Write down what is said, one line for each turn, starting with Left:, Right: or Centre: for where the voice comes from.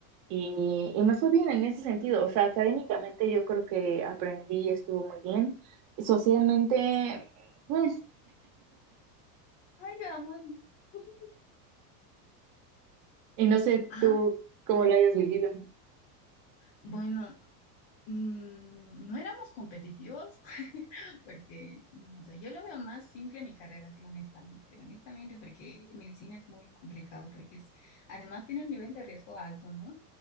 Right: y, y me fue bien en ese sentido. O sea, académicamente yo creo que aprendí, estuvo muy bien. Socialmente, pues,
Left: Ay, vamos. <laughs>
Right: y no sé
Left: Ah,
Right: tú cómo lo hayas vivido.
Left: bueno, mm, no éramos competitivos <laughs> porque, no sé, yo lo veo más simple mi carrera, sí, honestamente, honestamente, porque medicina es muy complicado, porque es, además tiene un nivel de riesgo alto, ¿no?